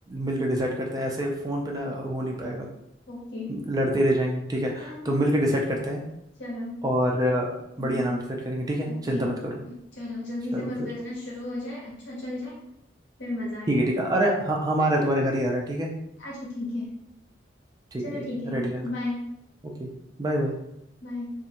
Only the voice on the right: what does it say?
मिल
के डिसाइड करते हैं ऐसे फोन पे ना हो नहीं पाएगा
लड़ते रह जाएंगे ठीक है
तो मिल के डिसाइड करते हैं
और अ,
बढ़िया नाम डिसाइड करेंगे ठीक है
चिंता
मत करो
चलो
फिर
ठीक है ठीक है अरे ह- हम आ रहे हैं तुम्हारे घर ही आ रहे हैं ठीक है
ठीक
है ठीक
है रेडी रहना
Okay bye bye